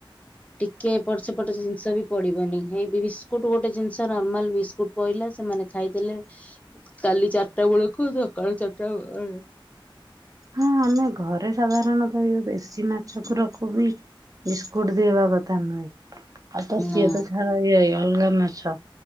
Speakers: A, on the left; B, on the right.
A: ଟିକେ ଟ ସେପଟ ସେ ଜିନିଷ ବି ପଡିବନି। ଏଇ ବିସ୍କୁଟ ଗୋଟେ ଜିନିଷ ନର୍ମାଲ ବିସ୍କୁଟ ପହିଲା ସେମାନେ ଖାଇଦେଲେ। କାଲି ଚାରିଟା ବେଳକୁ ସକାଳ ଚାରିଟା <unintelligible>
B: ହଁ ଆମେ ଘରେ ସାଧାରଣ କହିବ ଦେଶୀ ମାଛକୁ ରଖୁ ବି ବିସ୍କୁଟ ଦବା କଥା ନୁହେଁ। ଆଉ ତ ସେ
A: ନା
B: ତ ଛାଡ ୟେ ଅଲଗା ମାଛ